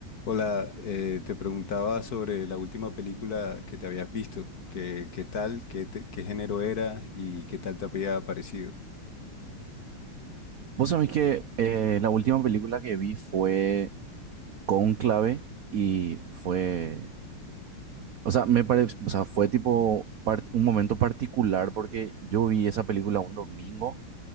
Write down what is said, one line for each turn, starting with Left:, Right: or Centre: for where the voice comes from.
Left: Hola, eh, te preguntaba sobre la última película que te habías visto. ¿Qué, qué tal? ¿Qué, te- qué género era? ¿Y qué tal te había parecido?
Right: Vos sabés que eh, la última película que vi fue Cónclave y fue, o sea, me parece, o sea, fue tipo par- un momento particular porque yo vi esa película un domingo